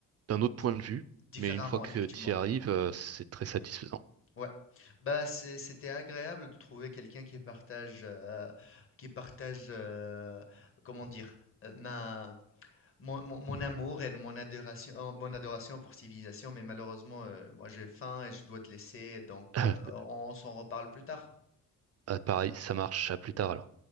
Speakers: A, on the right; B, on the left.
A: d'un autre
B: Di-
A: point de vue,
B: Différemment,
A: mais une fois que
B: effectivement.
A: tu y arrives, euh, c'est très satisfaisant.
B: Ouais. Bah c'est- c'était agréable de trouver quelqu'un qui partage, euh, qui partage, euh, comment dire, euh, ma mon, mon- mon amour et mon adoration, euh, mon adoration pour civilisation, mais malheureusement, euh, moi j'ai faim et je dois te laisser, donc
A: <laughs>
B: euh, on s'en reparle plus tard.
A: Ah, pareil, ça marche, à plus tard alors.